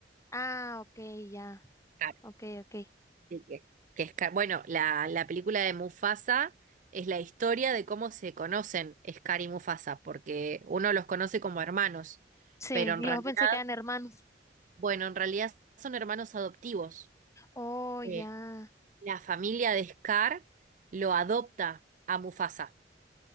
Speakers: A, on the left (about 15°); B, on the right (about 45°).
A: Ah, ok, ya.
B: Scar,
A: Ok, ok.
B: sí, que, que Scar- Bueno, la, la película de Mufasa es la historia de cómo se conocen Scar y Mufasa, porque uno los conoce como hermanos,
A: Sí,
B: pero en realidad,
A: yo pensé que eran hermanos.
B: bueno, en realidad son hermanos adoptivos.
A: Oh, ya.
B: eh, La familia de Scar lo adopta a Mufasa.